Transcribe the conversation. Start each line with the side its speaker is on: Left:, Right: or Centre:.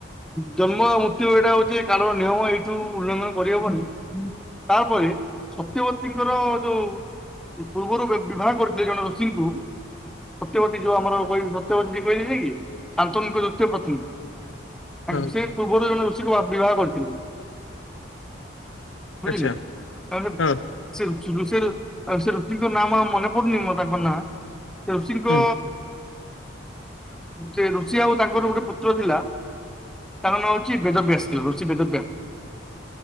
Centre: ଜନ୍ମ ମୃତ୍ୟୁ ଏଇଟା ହଉଚି କାରଣ ନିୟମ ଏଇଠୁ ଉଲ୍ଲଂଘନ୍ କରିହବନି। ତାପରେ ସତ୍ୟବତୀଙ୍କର ଯୋଉ ପୂର୍ବରୁ ବିବାହ କରିଥିଲେ ଜଣେ ଋଷୀଙ୍କୁ ସତ୍ୟପତୀ ଯୋଉ ଆମର କହିବି ସ ତ ବତି କହିଲେ ଯାଇକି ଆନ୍ତନିକ ଦୃତ୍ୟ ପ୍ରଥନ ତାଙ୍କୁ
Left: ହଁ
Centre: ସେ ପୂର୍ବରୁ ଜଣେ ଋଷିକୁ ବିବାହ କରିଥିଲି। ବୁଝିଲି
Left: ଆଚ୍ଛା
Centre: ତହେଲେ
Left: ହଁ
Centre: ସେ ଋଷିର ସେ ଋଷିଙ୍କ ନାମ ଆ ମନେ ପଡନି ମୋର ଆଉ ତାଙ୍କ ନାଁ। ସେ ଋଷିଙ୍କ
Left: ହୁଁ
Centre: ସେ ଋଷି ଆଉ ତାଙ୍କର ଗୋଟେ ପୁତ୍ର ଥିଲା ତାର ନୋଉଚି ନାଁ ବେଦବ୍ୟାସ୍ ୠଷି ବେଦବ୍ୟା